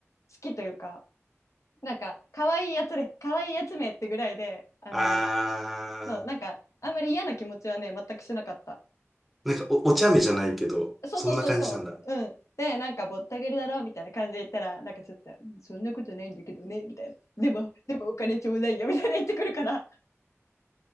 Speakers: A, on the left (about 85°); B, in the centre.
A: きというか、なんか、可愛いやつで、可愛いやつめってぐらいで、あの、
B: <laughs> ああ、
A: そう、なんか、あんまり嫌な気持ちはね、全くしなかった。
B: なんかお、お茶目じゃないけど、
A: そうそうそうそう、
B: そんな感じなんだ。
A: うん。で、なんかぼったくりだろみたいな感じで言ったら、なんかちょっと、うんそんなことないんだけどね、みたいな。でも、でもお金ちょうだいよみたいな言ってくるから、